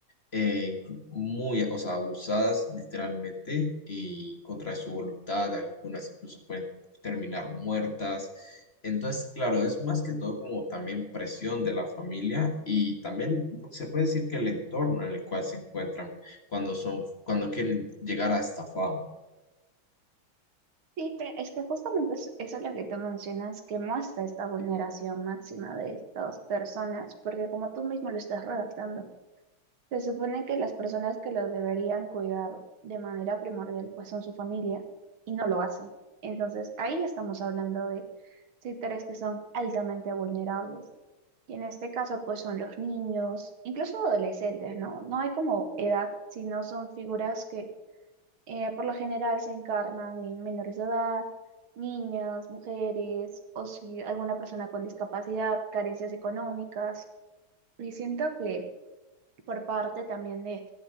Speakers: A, on the left; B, on the right.
A: eh, inclu- muy, o sea, abusadas literalmente y contra su voluntad, algunas incluso pueden terminar muertas. Entonces, claro, es más que todo como también presión de la familia y también se puede decir que el entorno en el cual se encuentran cuando son, cuando quieren llegar a esta fama.
B: Sí, pero es que justamente es- eso es lo que tú mencionas que muestra esta vulneración máxima de estas personas, porque como tú mismo lo estás redactando. Se supone que las personas que los deberían cuidar de manera primordial pues son su familia y no lo hacen. Entonces ahí estamos hablando de sectores que son altamente vulnerables. Y en este caso pues son los niños, incluso adolescentes, ¿no? No hay como edad, sino son figuras que eh, por lo general se encarnan en menores de edad, niñas, mujeres o si alguna persona con discapacidad, carencias económicas. Y siento que por parte también de,